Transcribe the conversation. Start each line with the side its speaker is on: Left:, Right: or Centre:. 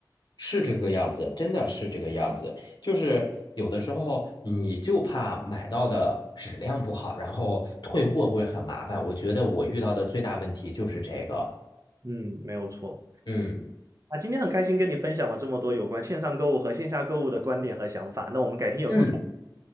Left: 是这个样子，真的是这个样子。就是有的时候你就怕买到的质量不好，然后退货会很麻烦。我觉得我遇到的最大问题就是这个。
Right: 嗯，没有错。
Left: 嗯
Right: 啊，今天很开心跟你分享了这么多有关线上购物和线下购物的观点和想法。那我们改天有空再。
Left: 嗯，